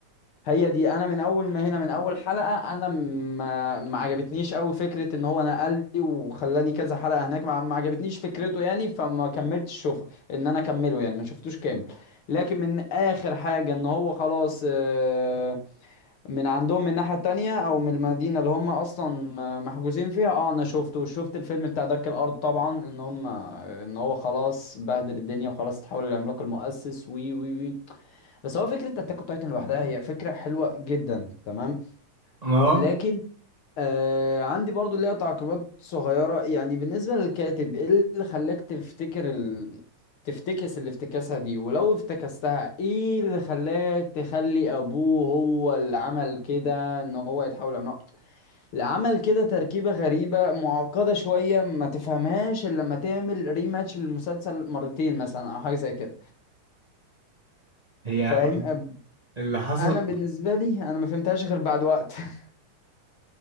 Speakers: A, on the left; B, on the right.
A: هي دي انا من اول ما هنا من اول حلقه انا ما ما عجبتنيش قوي فكره ان هو نقل لي وخلاني كذا حلقه هناك ما ما عجبتنيش فكرته يعني فما كملتش شوفه ان انا اكمله يعني ما شفتوش كامل لكن من اخر حاجه ان هو خلاص آه، من عندهم من الناحية التانية او من المدينة اللي هم اصلا محجوزين فيها اه انا شفته وشفت الفيلم بتاع دك الارض طبعا ان هم ان هو خلاص بهدل الدنيا وخلاص اتحول للعملاق المؤسس وي وي وي بس هو فكرة اتاك اون تايتن لوحدها هي فكرة حلوة جدا تمام
B: اه
A: لكن آه عندي برضو ليها تعقيبات صغيرة يعني بالنسبة للكاتب ايه اللي خلاك تفتكر ال... تفتكس اللي افتكاسها دي ولو افتكستها ايه اللي خلاك تخلي ابوه هو اللي عمل كده ان هو يتحول عملاق اللي عمل كده تركيبة غريبة معقدة شوية ما تفهمهاش الا لما تعمل ريماتش للمسلسل مرتين مثلا او حاجة زي كده
B: هي
A: فاهم أب-
B: اللي حصل
A: انا بالنسبة لي انا ما فهمتهاش غير بعد وقت <laughs>